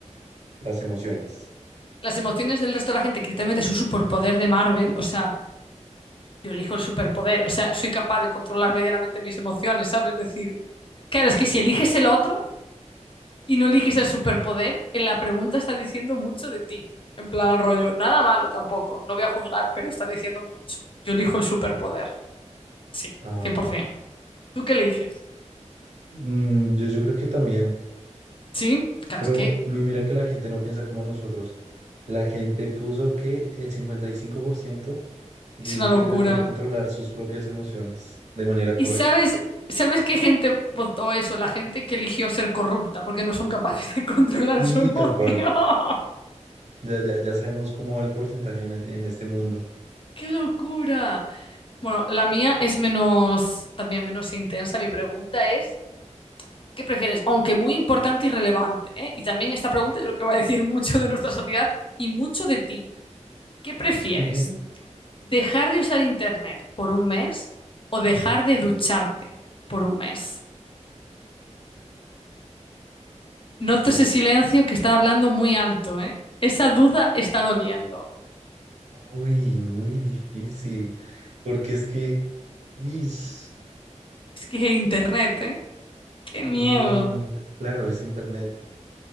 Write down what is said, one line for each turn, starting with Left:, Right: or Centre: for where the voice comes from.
Right: Las emociones.
Left: las emociones del resto de la gente, que literalmente es un superpoder de Marvel, o sea, yo elijo el superpoder, o sea, soy capaz de controlar medianamente mis emociones, ¿sabes? Es decir, claro, es que si eliges el otro y no eliges el superpoder, en la pregunta está diciendo mucho de ti. En plan, rollo, nada malo tampoco, no voy a juzgar, pero está diciendo mucho. Yo elijo el superpoder, sí,
Right: A
Left: 100%.
Right: ver.
Left: ¿Tú qué eliges?
Right: mm, yo, yo creo que también.
Left: Sí, claro,
Right: Pero
Left: es que
Right: mi- mira que la gente no piensa como nosotros. La gente puso que el 55% dijo
Left: es una locura.
Right: que prefiere controlar sus propias emociones de manera
Left: Y
Right: correcta.
Left: sabes, ¿sabes qué gente votó eso? La gente que eligió ser corrupta porque no son capaces de <laughs> controlar
Right: Sí,
Left: su emoción.
Right: tal cual.
Left: <laughs>
Right: Ya, ya, ya sabemos cómo va el porcentaje en, es- en este mundo.
Left: ¡Qué locura! Bueno, la mía es menos, también menos intensa. Mi pregunta es, ¿qué prefieres? Aunque muy importante y relevante, ¿eh? Y también esta pregunta yo creo que va a decir mucho de nuestra sociedad y mucho de ti. ¿Qué prefieres?
Right: <laughs>
Left: ¿Dejar de usar internet por un mes o dejar de ducharte por un mes? Noto ese silencio que está hablando muy alto, ¿eh? Esa duda está doliendo.
Right: Uy, muy difícil. Porque es que, ish,
Left: Es que internet, ¿eh? Qué miedo.
Right: mm, claro, es internet.